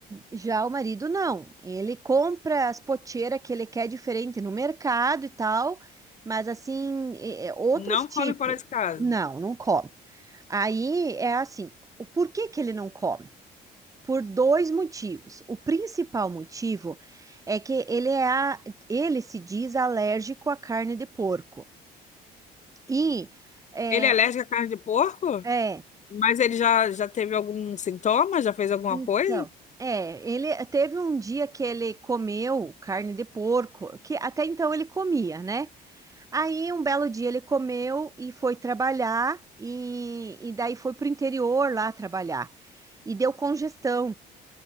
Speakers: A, on the right (about 20°); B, on the left (about 45°).
A: Já o marido não. Ele compra as poteiras que ele quer diferente no mercado e tal, mas assim, é- é outros
B: Não
A: tipos.
B: come fora de casa.
A: Não, não come. Aí é assim, o porquê que ele não come? Por dois motivos. O principal motivo é que ele é a- ele se diz alérgico à carne de porco. E é,
B: Ele é alérgico à carne de porco?
A: é,
B: Mas ele já, já teve algum sintoma? Já fez alguma
A: Então,
B: coisa?
A: é, ele teve um dia que ele comeu carne de porco, que até então ele comia, né? Aí um belo dia ele comeu e foi trabalhar e, e daí foi pro interior lá trabalhar. E deu congestão,